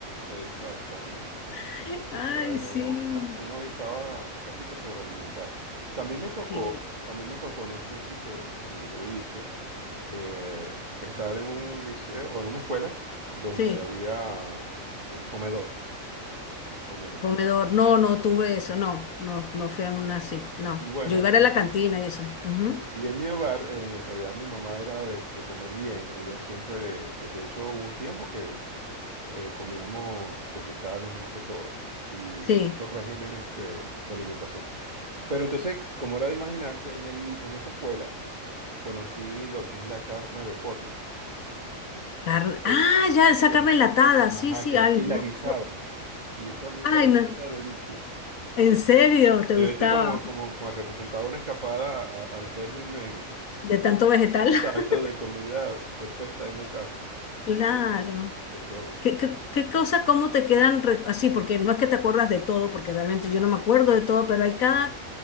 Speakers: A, on the right; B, on the left.
A: exactamente.
B: <laughs>
A: Así
B: Ay,
A: que bueno,
B: sí,
A: uno, uno, uno estaba casi que sobrealimentado. También me tocó,
B: sí,
A: también me tocó, no sé si te, si lo viviste, eh, estar en un liceo o en una escuela donde
B: sí.
A: había eh, comedor, comedor.
B: Comedor, no, no tuve eso, no, no, no fui
A: Sí.
B: a una así, no.
A: Y bueno,
B: Yo iba a
A: en
B: la cantina y eso. ujú,
A: Sí, y en mi hogar, eh, en realidad mi mamá era de, de comer bien. Ella siempre, eh, de hecho, hubo un tiempo que eh, comíamos vegetales más que todo y
B: Sí.
A: ciertos regímenes que, de alimentación. Pero entonces, como era de imaginarse, en el, en esa escuela conocí lo que es la carne de pote.
B: Carne-
A: que
B: Ah,
A: es-
B: ya, esa
A: que
B: carne
A: es-
B: enlatada.
A: ajá,
B: Sí, sí,
A: que,
B: ay,
A: y
B: no.
A: la guisaban. Y eso a mí me
B: Ay,
A: parecía
B: no.
A: una delicia.
B: ¿En serio te
A: Debe
B: gustaba?
A: ser como, como, como representaba una escapada a- al régimen
B: De tanto vegetal. <laughs>
A: Exacto, de comida perfecta en la casa.
B: Claro.
A: Entonces, eso,
B: ¿Qué, qué, qué cosa, cómo te quedan re- así? Porque no es que te acuerdas de todo, porque realmente yo no me acuerdo de todo, pero hay cada,